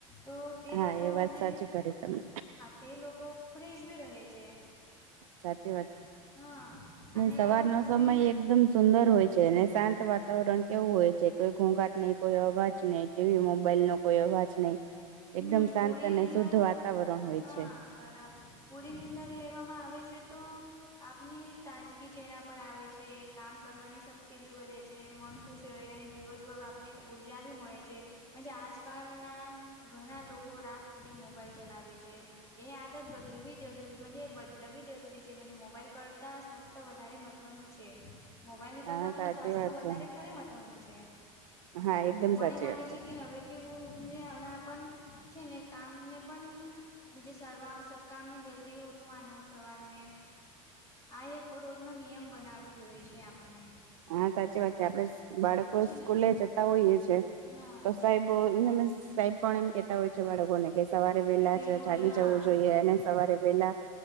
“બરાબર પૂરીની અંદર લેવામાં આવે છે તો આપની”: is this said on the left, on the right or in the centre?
Left